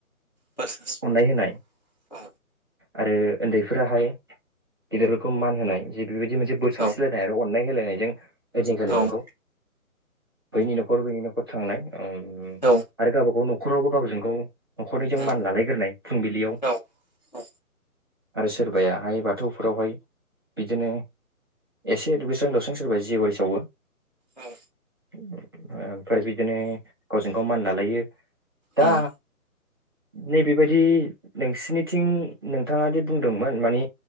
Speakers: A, on the left (about 30°); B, on the right (about 15°).
A: बोर सारस्रिनाय
B: अननाय होनाय
A: औ
B: आरो उन्दैफोराहाय गेदेरफोरखौ मान होनाय जिब बेबायदि मोनसे बोर
A: औ
B: साबस्रिलायनाय आरो अननाय होलायनायजों ओइदिनखालि
A: औ
B: नोंगौ बैनि न'खर बैनि न'खर थांनाय ओम
A: औ
B: आरो गाबा गाव न' खरावबो गावजों गाव न'खरनिजों
A: उम
B: मान लालायग्रोनाय फुंबिलियाव
A: औ औ
B: आरो सोरबायाहाय बाथौफोरावहाय बिदिनो एसे दुगैस्रां लोबस्रां सोरबा जेवारि सावो।
A: उम
B: <inaudible> आम फ्राय बिदिनो गावजों गाव मान लालायो दा
A: उम
B: नैबेबायदि नोंसिनिथिं नोंथाङा दि बुंदोंमोन मानि